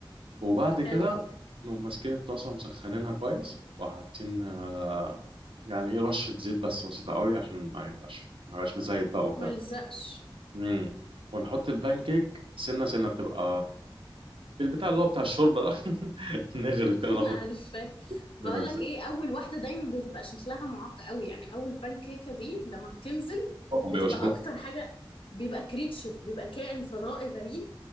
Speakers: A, on the right; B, on the left.
A: وبعد كده
B: حلو
A: نقوم ماسكين الطاسه مسخنينها كويس وحاطين آه، يعني ايه رشه زيت بس بسيطه قوي عشان ما يبقاش ما يبقاش مزيت بقى وبتاع
B: ملزقش
A: امم ونحط البانكيك سنه سنه بتبقى بالبتاع اللي هو بتاع الشوربه ده <laughs> نغرف
B: <laughs>
A: كده ناخد
B: عارفة بقول
A: ننزلهم
B: لك ايه اول واحدة دايما بتبقى شكلها معاق قوي يعني اول بانكيكة دي لما بتنزل
A: بيبقى
B: بتبقى
A: شكلهم
B: اكتر حاجة بيبقى كريتشر بيبقى كائن فضائي غريب